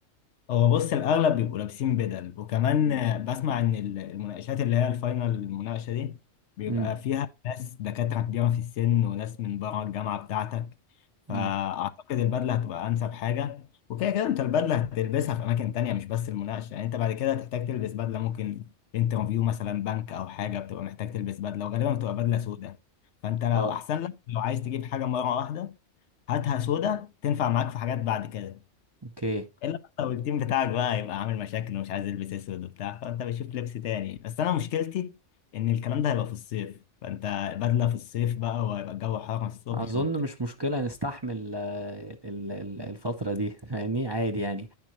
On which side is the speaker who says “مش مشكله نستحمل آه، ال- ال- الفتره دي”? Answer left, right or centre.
Right